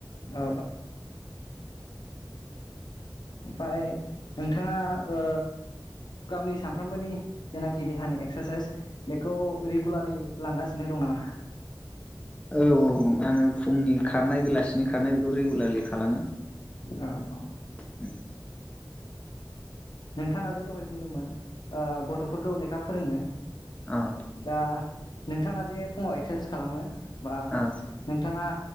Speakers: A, on the left (about 60°); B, on the left (about 15°).
A: औ ओमफाय नोंथाङा ओ गावनि सामफ्रोमबोनि जेनाखि देहानि एक्सारसाइस बेखौ रेगुलारै लांगासिनो दं नामा?
B: औ औ आङो फुंनि खारनाय बेलासिनि खारनाय बेखौ रेगुलारलि खालामो।
A: अ औ।
B: उम।
A: नोंथाङा जे दहाय बुंदोंमोन ओ गथ'फोरखौ लेखा फोरोंङो।
B: अ
A: दा। नोंथाङा जे फुङाव एक्सारसाइस खालामो। बा
B: अ
A: नोंथाङा।